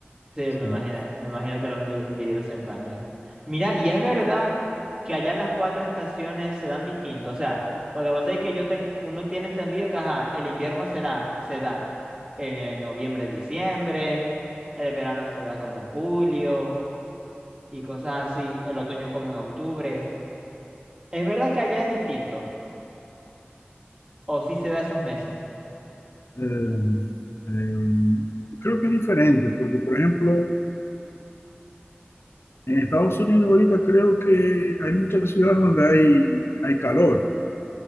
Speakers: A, on the right (about 25°); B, on the left (about 80°).
A: Sí,
B: Sí.
A: me imaginé, me imagino que los vi- vidrios se empañan. Mira, y es verdad que allá las cuatro estaciones se dan distinto, o sea, porque vos sabés que yo ten, uno tiene entendido que ajá, el invierno será, se da en noviembre, diciembre, el verano se da como en julio y cosas así, el otoño como en octubre. ¿Es verdad que allá es distinto? ¿O sí se da esos meses?
B: Eh, eh, creo que es diferente, porque por ejemplo, En Estados Unidos ahorita creo que hay muchas ciudades donde hay, hay calor